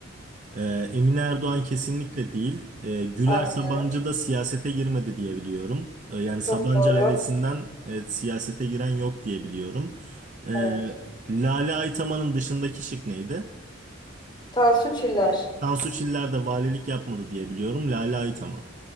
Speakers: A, on the right; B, on the left.
A: Ee, Emine Erdoğan kesinlikle değil. Ee, Güler
B: Aynen.
A: Sabancı da siyasete girmedi diye biliyorum. Ee, yani
B: Çok
A: Sabancı
B: doğru.
A: ailesinden e, siyasete giren yok diye biliyorum. Ee,
B: Evet.
A: Lale Aytaman'ın dışındaki şık neydi?
B: Tansu Çiller.
A: Tansu Çiller de valilik yapmadı diye biliyorum. Lale Aytaman.